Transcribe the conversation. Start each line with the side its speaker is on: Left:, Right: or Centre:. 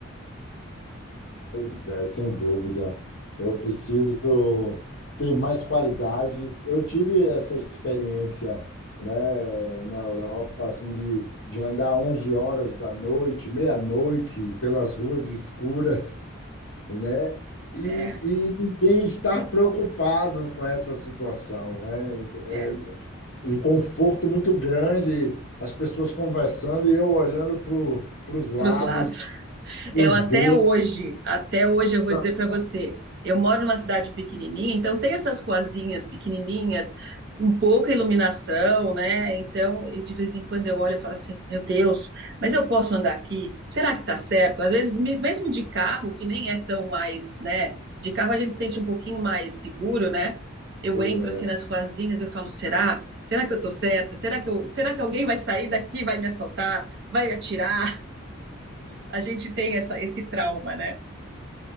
Left: pois é, sem dúvida. Eu preciso ter mais qualidade. Eu tive essa experiência, né, na Europa, assim, de, de andar 11 horas da noite, meia-noite, pelas ruas escuras. né? E,
Right: É,
Left: e ninguém estar preocupado com essa situação, né? É
Right: é,
Left: um conforto muito grande, as pessoas conversando e eu olhando para os lados,
Right: para os lados.
Left: para
Right: Eu
Left: os
Right: até
Left: becos,
Right: hoje, até hoje eu vou
Left: para
Right: dizer
Left: as
Right: para você, eu moro numa cidade pequenininha, então tem essas ruazinhas pequenininhas, um pouca iluminação, né? Então, eu, de vez em quando eu olho e falo assim, meu Deus, mas eu posso andar aqui? Será que tá certo? Às vezes, me- mesmo de carro, que nem é tão mais, né? De carro a gente sente um pouquinho mais seguro, né? Eu
Left: sombras.
Right: entro assim
Left: né?
Right: nas ruazinhas, eu falo, será? Será que eu tô certa? Será que eu, será que alguém vai sair daqui, e vai me assaltar, vai me atirar? a gente tem essa, esse trauma, né?